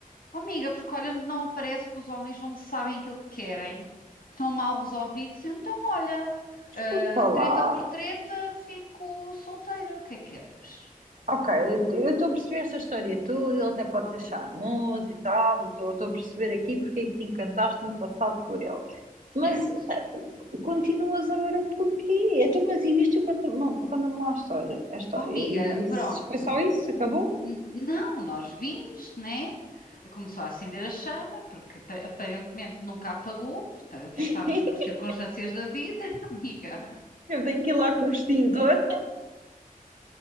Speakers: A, on the left; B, on the right.
A: oh, amiga, porque olha, não aparece que os homens não sabem aquilo que querem, estão mal resolvidos, e então olha,
B: Desculpa
A: ah,
B: lá.
A: treta por treta, fico solteira, o que é que queres?
B: Ok, eu estou a perceber esta história toda, ele até pode ser charmoso e tal, e estou a perceber aqui porque é que te encantaste no passado por ele. Mas
A: Certo.
B: Continuas agora porquê? Então, mas e viste quando me lá a história? A história.
A: Oh, amiga,
B: E isso,
A: pronto,
B: foi só isso? Acabou?
A: N- não, nós vimos, né? Começou a acender a chama, porque apa- aparentemente nunca apagou, portanto, afastámos-nos
B: <laughs>
A: por circunstâncias da vida, <laughs> amiga.
B: Eu tenho que ir lá com o extintor